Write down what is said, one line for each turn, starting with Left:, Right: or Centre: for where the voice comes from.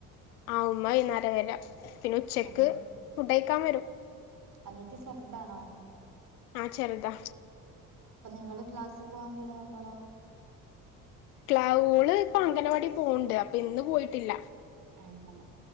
Left: ആഹ് ഉമ്മ വൈന്നേരാ വരാ പിന്നെ ഉച്ചക്ക്
Right: അനി
Left: ഫുഡയ്ക്കാൻ വരും.
Right: അനിയത്തി ചെർതാണോ
Left: ആഹ് ചെറ്താ
Right: അപ്പ നിങ്ങള് ക്ലാസ്സി പോവാൻ തൊടങ്ങുമ്പളോ
Left: <unintelligible> ഇപ്പൊ അംഗനവാടി പോണെണ്ട് അപ്പൊ ഇന്ന് പോയിട്ടില്ല.
Right: അങ്ങനെ